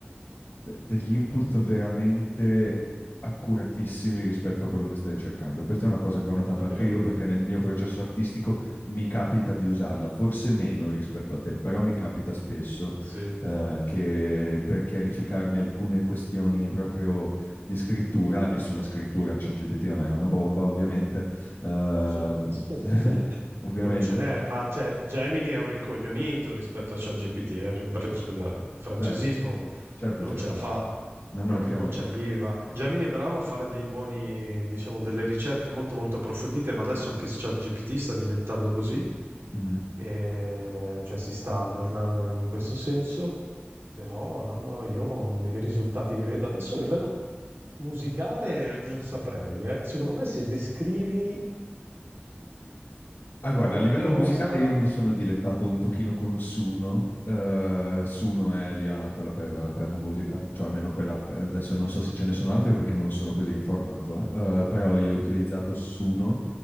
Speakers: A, on the left (about 75°); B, on the right (about 85°).
A: de- degli input veramente accuratissimi rispetto a quello che stai cercando. Questa è una cosa che ho notato
B: è
A: anche
B: vero,
A: io perché nel mio processo artistico mi capita di usarla, forse meno rispetto a te, però mi capita spesso
B: sì.
A: eh, che per chiarificarmi alcune questioni proprio di scrittura e sulla scrittura ChatGPT cioè è una bomba ovviamente, uh,
B: Sì. <laughs>
A: <laughs> ovviamente,
B: Non ce n'è, ma cioè Gemini è un rincoglionito rispetto a ChatGPT, eh, cioè, per- scusa, il francesismo
A: certo, certo,
B: non
A: certo,
B: ce la fa,
A: no, no,
B: proprio
A: è chiaro.
B: non ci arriva. Gemini è bravo a fare dei buoni, diciamo, delle ricerche molto molto approfondite, ma adesso
A: Sì.
B: anche ChatGPT sta diventando così,
A: Mm.
B: e, cioè si sta aggiornando in questo senso, però no, no, io mm, i risultati che vedo adesso a livello musicale non saprei, eh. Secondo me se descrivi
A: Ah, guarda,
B: qualcosa
A: a livello musicale io mi sono dilettato un pochino con Suno. Eh, Suno è lì, ah, quella per, per la musica, cioè almeno quella, per- adesso non so se ce ne sono altre perché non sono così informato, eh. Eh, però io ho utilizzato
B: Sì.
A: Suno